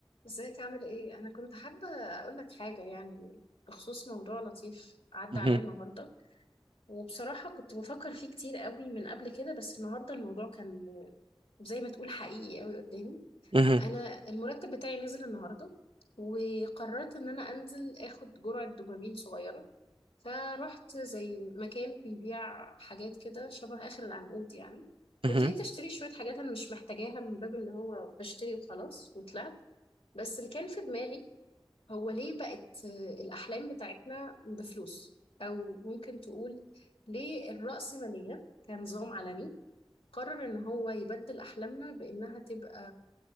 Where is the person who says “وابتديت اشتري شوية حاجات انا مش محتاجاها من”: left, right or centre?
Left